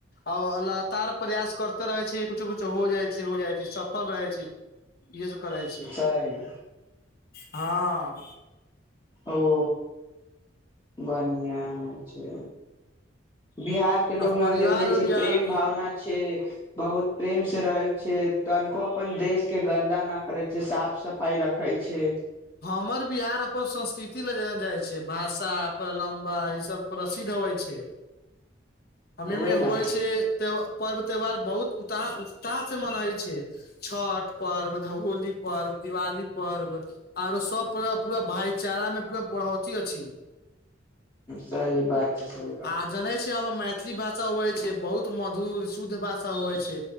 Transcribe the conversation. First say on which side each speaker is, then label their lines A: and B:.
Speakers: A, on the left; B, on the left.
A: आओ लगातार प्रयास करते रहै छी कुछो कुछो हो जाय छी हो जाय छी सफल रहै छी यस करै छी
B: दइ
A: हँ
B: आओ बढ़ियां होय छै बिहार
A: आ
B: के लोग में हम
A: परिवार
B: देखले छी
A: उरिवार
B: प्रेम भावना छय बहुत प्रेम से रहल छै तनिको अपन देश के गन्दा न करे छै साफ सफ पाई रखै छ्य
A: हमर बिहार अपन संस्कृति ल जे जाइ छय भाषा प्रलम्बा ई सब प्रसिद्ध होइ छै अमे
B: उहे न
A: होइ छै त पर्व त्यौहार बहुत उता उत्साह से मनाै छै छठ पर्व होली पर्व दिवाली पर्व आरो सब प पूरा भाईचारा में पूरा बढ़ौती अछि
B: सही बात छै सही
A: आ
B: बात
A: जनै
B: छै
A: मैथिली भाषा हुए छै बहुत मधुर शुद्ध भाषा हु छै